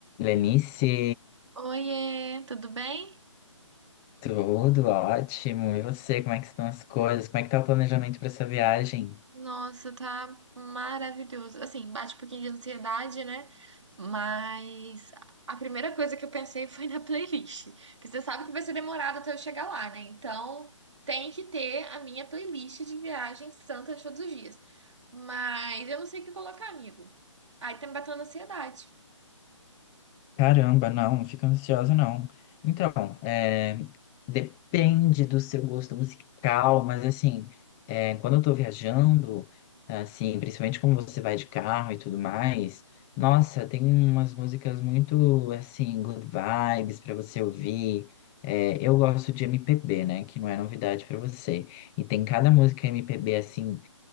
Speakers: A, in the centre; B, on the right.
A: Lenice,
B: Oiê, tudo bem?
A: tudo ótimo. E você, como é que estão as coisas? Como é que tá o planejamento para essa viagem?
B: Nossa, tá maravilhoso. Assim, bate um pouquinho de ansiedade, né? Mas a primeira coisa que eu pensei foi na playlist. Porque você sabe que vai ser demorado até eu chegar lá, né? Então, tem que ter a minha playlist de viagens santas todos os dias. Mas eu não sei o que colocar, amigo. Aí tá me batendo ansiedade.
A: Caramba, não, não fica ansiosa, não. Então, é, depende do seu gosto musical, mas assim, é, quando eu tô viajando, assim, principalmente como você vai de carro e tudo mais, nossa, tem umas músicas muito, assim, good vibes pra você ouvir. É, eu gosto de MPB, né, que não é novidade pra você. E tem cada música MPB, assim,